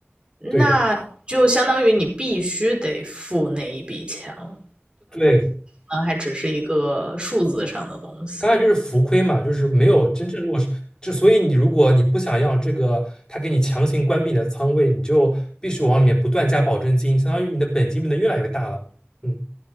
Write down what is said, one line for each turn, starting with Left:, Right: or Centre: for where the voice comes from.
Right: 那就相当于你必须得付那一笔钱了，
Left: 对的，对，
Right: 可还只是一个数字上的东西，
Left: 当然就是浮亏嘛，就是没有真正落实。之所以你如果你不想让这个他给你强行关闭你的仓位，你就必须往里面不断加保证金，相当于你的本金变得越来越大了。嗯。